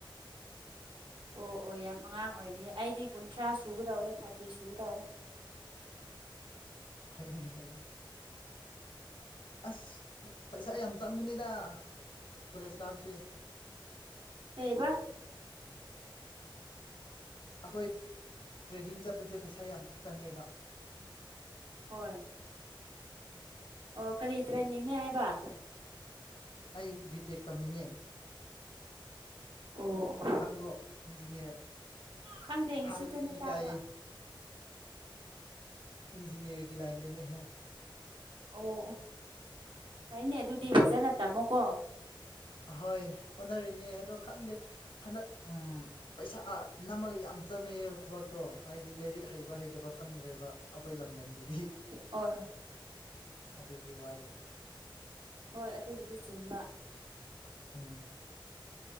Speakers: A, on the right (about 65°); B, on the left (about 75°).
A: ꯑꯣ ꯑꯣ ꯌꯥꯝ ꯑꯉꯥꯡ ꯑꯣꯏꯔꯤꯌꯦ ꯑꯩꯗꯤ ꯀꯨꯟꯊ꯭ꯔꯥ ꯁꯨꯒꯗꯧꯔꯦ ꯊꯥꯔꯇꯤ ꯁꯨꯒꯗꯧꯔꯦ
B: ꯍꯥꯏꯥꯏꯒꯦ ꯍꯥꯏꯥꯏꯒꯦ ꯑꯁ ꯄꯩꯁꯥ ꯌꯥꯝ ꯆꯪꯕꯅꯤꯅ ꯀꯣꯂꯦꯖ ꯀꯥꯕꯁꯦ
A: ꯂꯩꯕ
B: ꯑꯩꯈꯣꯏ ꯇ꯭ꯔꯦꯗꯤꯡ ꯆꯠꯄꯁꯦ ꯄꯩꯁꯥ ꯌꯥꯝ ꯆꯪꯉꯦꯕ
A: ꯍꯣꯏ ꯑꯣ ꯀꯔꯤ ꯇ꯭ꯔꯦꯟꯅꯤꯡꯅꯦ ꯍꯥꯏꯕ
B: ꯑꯩ ꯕꯤ ꯇꯦꯛ ꯇꯝꯃꯤꯅꯦ
A: ꯑꯣ ꯑꯣ
B: ꯈꯪꯕ꯭ꯔꯣ ꯏꯟꯖꯤꯅꯤꯌꯥꯔ
A: ꯈꯪꯗꯦ ꯉꯁꯤꯇꯅꯦ
B: ꯍꯥꯏꯕꯗꯤ ꯏꯀꯥꯏꯌꯦ
A: ꯇꯥꯕ
B: ꯏꯟꯖꯤꯅꯤꯌꯥꯔꯒꯤ ꯂꯥꯏꯟꯗꯅꯦ ꯍꯥꯏ
A: ꯑꯣ ꯑꯣ ꯐꯩꯅꯦ ꯑꯗꯨꯗꯤ ꯐꯖꯅ ꯇꯝꯃꯣꯀꯣ
B: ꯍꯣꯏ ꯍꯣꯠꯅꯔꯤꯅꯦ ꯑꯗꯣ ꯈꯪꯗꯦ ꯍꯟꯗꯛ ꯎꯝ ꯄꯩꯁꯥ ꯅꯝꯃꯒ ꯌꯥꯝ ꯆꯪꯅꯩꯌꯦꯕ ꯊꯕꯛꯇꯣ ꯍꯥꯏꯗꯤ ꯂꯥꯏꯔꯤꯛ ꯍꯩꯕ ꯍꯩꯇꯕ ꯈꯪꯗ꯭ꯔꯦꯕ ꯑꯩꯈꯣꯏ ꯂꯝꯗꯝꯁꯤꯗꯤ
A: ꯍꯣꯏ ꯍꯣꯏ
B: ꯑꯗꯨꯒꯤ ꯋꯥꯔꯤꯅꯤ
A: ꯍꯣꯏ ꯑꯗꯨꯕꯨꯗꯤ ꯆꯨꯝꯕ
B: ꯎꯝ